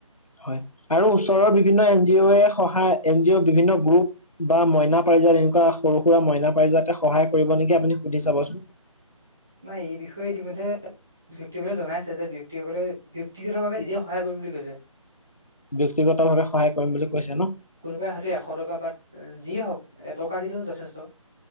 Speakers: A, on the left (about 85°); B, in the centre.
A: হয়, আৰু ওচৰৰ বিভিন্ন এন জি অ' এ সহায়, এন জি অ' বিভিন্ন গ্ৰুপ বা মইনা পাৰিজাত এনেকুৱা সৰু, সুৰা মইনা পাৰিজাতে সহায় কৰিব নেকি আপুনি সুধি চাবচোন।
B: নাই, এই বিষয়ে ইতিমধ্যে ব্যক্তিসকলে জনাইছে যে ব্যক্তিসকলে ব্যক্তিগতভাৱে নিজে সহায় কৰিম বুলি কৈছে।
A: ব্যক্তিগত ভাৱে সহায় কৰিম বুলি কৈছে ন?
B: কোনোবাই হয়তো এশ টকা বা যিয়ে হওক এটকা দিলেও যথেষ্ট।